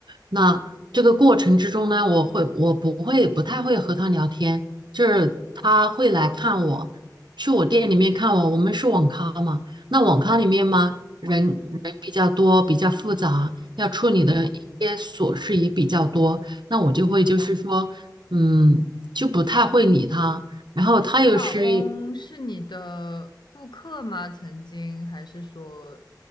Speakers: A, on the right; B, on the left.
A: 那这个过程之中呢，我会我不会不太会和他聊天，就是他会来看我。
B: 哦，
A: 去我店里面看我，我们是网咖嘛，那网咖里面嘛，人人比较多，比较复杂，要处理的一些琐事也比较多，那我就会就是说，嗯，就不太会理他。然后他又是
B: 你老公是你的顾客吗？曾经还是说